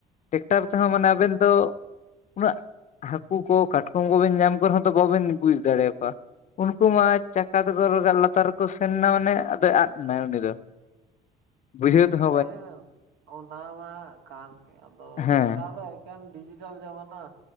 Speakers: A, on the left; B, on the right.
A: ᱴᱮᱠᱴᱟᱨ
B: ᱦᱮᱸ
A: ᱪᱟᱸᱦᱟ ᱢᱟᱱᱮ ᱟᱵᱮᱱ ᱫᱚ, ᱩᱱᱟᱹᱜ ᱦᱟᱹᱠᱩ ᱠᱚ ᱠᱟᱴᱠᱚᱢ ᱠᱚᱵᱮᱱ ᱧᱟᱢ ᱠᱚ ᱨᱮᱦᱚᱸ ᱛᱚ ᱵᱟᱵᱮᱱ ᱵᱩᱡᱽ ᱫᱟᱲᱮᱭᱟᱠᱚᱣᱟ᱾ ᱩᱱᱠᱩ ᱢᱟ᱾ ᱪᱟᱠᱟ ᱫᱚ ᱜᱚᱨᱜᱟᱞ ᱞᱟᱛᱟᱨ ᱨᱮᱠᱚ ᱥᱮᱱᱱᱟ ᱢᱟᱱᱮ ᱟᱫᱚᱭ ᱟᱫ ᱮᱱᱟᱭ ᱩᱱᱤ ᱫᱚ᱾ ᱵᱩᱡᱷᱟᱹᱣ ᱫᱚᱦᱚ᱾
B: ᱦᱮᱸ ᱚᱱᱟ ᱢᱟ ᱠᱟᱱ ᱜᱮ ᱟᱫᱚ
A: ᱦᱮᱸ
B: ᱱᱮᱛᱟᱨ ᱫᱚ᱾ ᱞᱮᱱ ᱰᱤᱡᱤᱴᱟᱞ ᱡᱟᱢᱟᱱᱟ